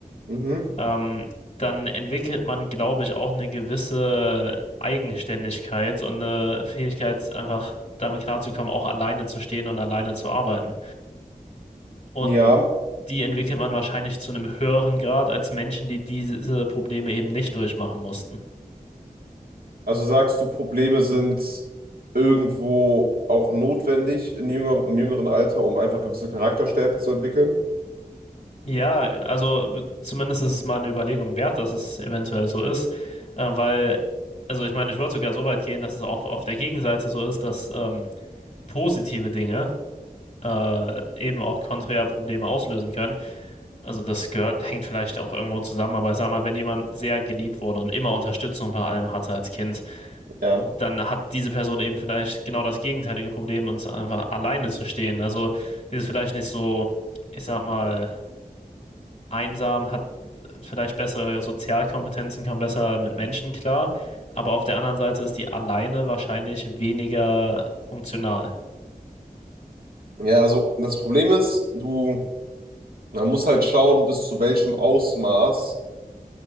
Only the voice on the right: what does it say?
Mhm.
Ja,
Also sagst du, Probleme sind irgendwo auch notwendig in jünger, im jüngeren Alter, um einfach gewisse Charakterstärken zu entwickeln?
Ja.
Ja, also das Problem ist, du, man muss halt schauen, bis zu welchem Ausmaß